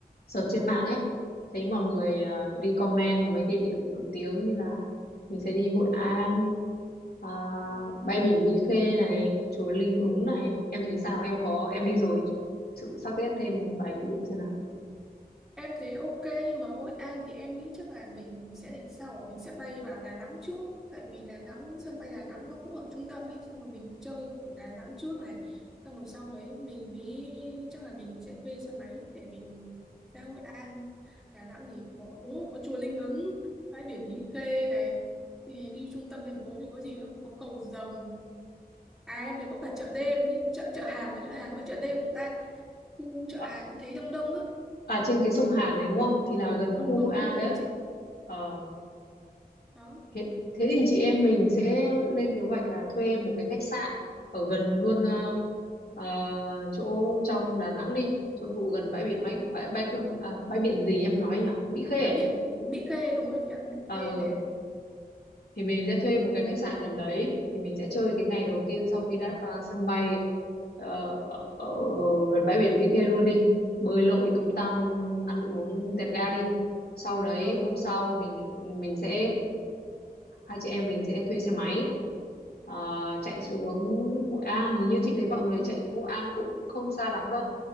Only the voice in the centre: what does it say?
Ờ,
ừ,
đúng.
Em thấy ok nhưng mà Hội An thì em nghĩ chắc là mình sẽ để sau mình sẽ bay vào Đà Nẵng trước tại vì Đà Nẵng sân bay Đà Nẵng nó cũng ở trung tâm ấy xong rồi mình chơi ở Đà Nẵng trước này xong rồi sau đấy mình mới chắc là mình sẽ thuê xe máy để mình ra Hội An Đà Nẵng thì có đúng rồi, có chùa Linh Ứng bãi biển Mỹ Khê này thì đi trung tâm thành phố thì có gì đâu có cầu rồng À em thấy có cả chợ đêm ý, chợ chợ hàng là chợ hàng, phải chợ đêm không ta? Khu chợ
hàng cũng thấy đông đông á.
Đúng
đúng
đúng rồi
đó chị.
Đó,
đúng rồi.
Ừ.
Bãi
biển Mỹ Khê đúng rồi chị ạ, Mỹ
Khê nè.
Ờ,
đúng.
Ờ,
đúng
rồi.